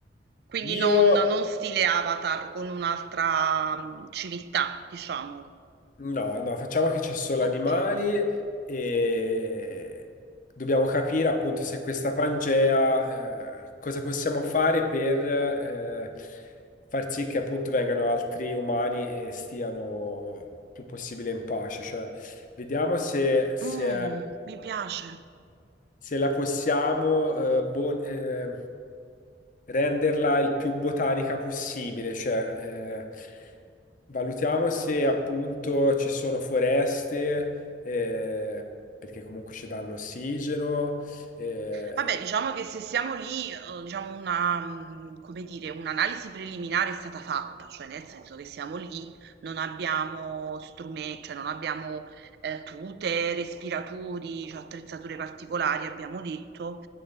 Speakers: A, on the right; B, on the left.
A: quindi
B: Io
A: non, non stile Avatar con un'altra mm, civiltà, diciamo.
B: No, no, facciamo che c'è solo
A: Ok,
B: animali e dobbiamo capire appunto se questa Pangea, eh, cosa possiamo fare per eh, far sì che appunto vengano altri umani e stiano eh, più possibile in pace. Cioè, vediamo se, se,
A: Mm, mi piace.
B: se la possiamo, eh, bon- eh, renderla il più botanica possibile, cioè eh, valutiamo se appunto ci sono foreste, eh, perché comunque ci danno ossigeno, eh,
A: Vabbè, diciamo che se siamo lì, eh, diciamo una, mh, come dire, un'analisi preliminare è stata fatta, cioè nel senso che siamo lì, non abbiamo strumenti, cioè non abbiamo eh, tute, respiratori, cioè attrezzature particolari, abbiamo detto,